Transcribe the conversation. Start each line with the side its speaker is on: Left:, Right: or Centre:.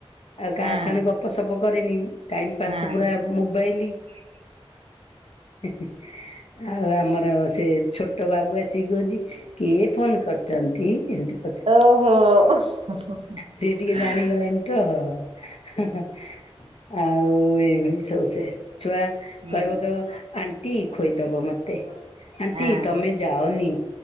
Left: ଆଉ
Right: ହଁ
Left: କାହା ସାଙ୍ଗରେ ଗପ ସପ କରିନି ଟାଇମ୍ ପାସ୍
Right: ହଁ।
Left: ପୁରା ମୋବାଇଲ
Right: <inaudible>
Left: ହେଁ ହେଁ ଆଉ ଆମର ସେ ଛୋଟ ବାବୁ ଆସି କହୁଛି କିଏ ଫୋନ କରିଛନ୍ତି ଏମତି।
Right: ଓହୋ।
Left: ସିଏ ଟିକେ ଜାଣିଗଲାଣି ତ ହଁ ହଁ ଆଉ ଏଇଭଳି ସବୁ ସେ। ଛୁଆ
Right: ହୁଁ
Left: କହିବ କହିବ ଆଣ୍ଟି ଖୋଇଦବ ମତେ ଆଣ୍ଟି
Right: ହଁ।
Left: ତମେ ଯାଅନି